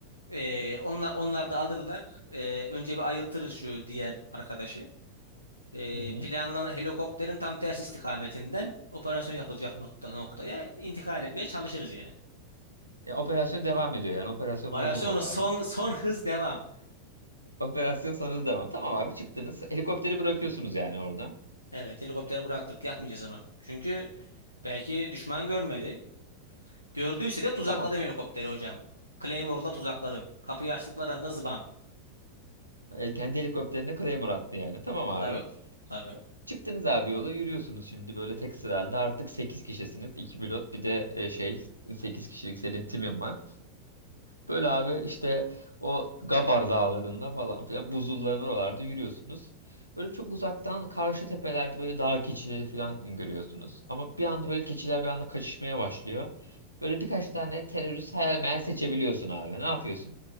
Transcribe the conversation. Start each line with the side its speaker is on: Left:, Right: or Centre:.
Left: Ee, onlar, onlar da alırlar. Ee, önce bir ayıltırız şu diğer arkadaşı. Ee,
Right: Hı hı.
Left: planlanan helikopterin tam ters istikametinden operasyon yapılacak nokta, noktaya intikal etmeye çalışırız yani.
Right: Ya, operasyon devam ediyor yani. Operasyon
Left: Operasyonu
Right: bozulmadı
Left: son,
Right: abi.
Left: son hız devam.
Right: Operasyon sonrası devam. Tamam abi çıktınız. Helikopteri bırakıyorsunuz yani orada.
Left: Evet helikopteri bıraktık yakmayacağız ama. Çünkü belki düşman görmedi. Gördüyse de tuzakladım
Right: Tamam.
Left: helikopteri hocam. Claymore'la tuzakladım. Kapıyı açtıkları anda zıbam.
Right: E, kendi helikopterine Claymore attı yani. Tamam abi.
Left: Tabii. Tabii.
Right: Çıktınız abi yola yürüyorsunuz şimdi böyle tek sıra halinde. Artık 8 kişisiniz. iki pilot bir de e, şey 8 kişilik senin timin var. Böyle abi işte o Gabar dağlarında falan filan buzulların oralarda yürüyorsunuz. Böyle çok uzaktan karşı tepelerde böyle dağ keçileri falan görüyorsunuz. Ama bir anda böyle keçiler bir anda kaçışmaya başlıyor. Böyle birkaç tane terörist hayal meyal seçebiliyorsun abi. Ne yapıyorsun?